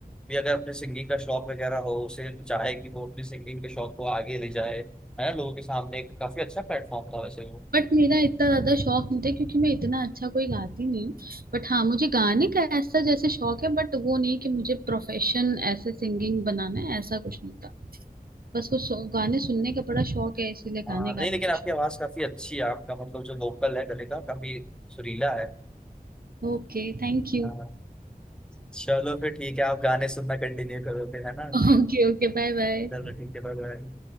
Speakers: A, in the centre; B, on the right.
A: भी अगर अपने सिंगिंग का शौक वगैरह हो उसे चाहे कि वो अपने सिंगिंग के शौक को आगे ले जाए है ना लोगों के सामने एक काफी अच्छा प्लेटफॉर्म था वैसे वो
B: बट मेरा इतना ज्यादा शौक नहीं था क्योंकि मैं इतना अच्छा कोई गाती नहीं हूँ बट हाँ मुझे गाने का ऐसा जैसे शौक है बट वो नहीं कि मुझे प्रोफेशन ऐसे सिंगिंग बनाना है ऐसा कुछ नहीं था बस वो सो- गाने सुनने का बड़ा शौक है इसीलिए
A: हाँ
B: गाने
A: नहीं
B: गाने
A: लेकिन
B: का
A: आपकी
B: शौक
A: आवाज काफी अच्छी है आपका मतलब जो वोकल है गले का काफी सुरीला है
B: <laughs> Okay thank you
A: हाँ चलो फिर ठीक है आप गाने सुनना कंटिन्यू करो फिर है ना
B: Okay okay bye bye <laughs>
A: दर ठीक के बारे में